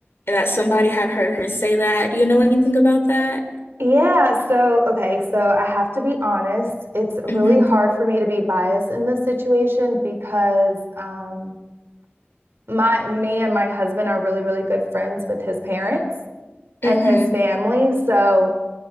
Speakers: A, on the left; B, on the right.
A: and that somebody had heard her say that. Do you know anything about that?
B: Yeah, so okay, so I have to be honest, it's really
A: Mm-hmm.
B: hard for me to be biased in this situation because um my me and my husband are really really good friends with his parents
A: Mm-hmm.
B: and his family, so